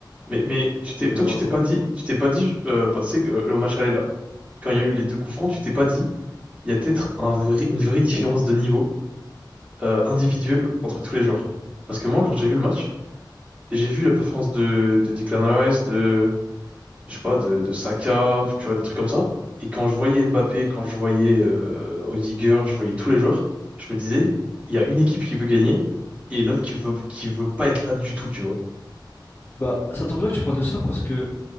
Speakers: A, on the right; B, on the left.
A: Mais, mais
B: Donc,
A: tu t'es,
B: euh,
A: toi,
B: voilà.
A: tu t'es pas dit, tu t'es pas dit, euh, bah, que, euh, au match aller là, quand il
B: Ouais.
A: y a eu les deux coups francs, tu t'es pas dit. il y a peut-être un vrai- une vraie différence de niveau euh, individuel entre tous les joueurs. Parce que moi, quand j'ai vu le match, j'ai vu la performance de, de Declan Rice, de, je sais pas, de, de Saka, tu vois, des trucs comme ça. Et quand je voyais Mbappé, quand je voyais euh, Rudiger, je voyais tous les joueurs, je me disais, il y a une équipe qui veut gagner et l'autre qui veut, qui veut pas être là du tout, tu vois.
B: Bah, ça tombe bien que tu parles de ça parce que,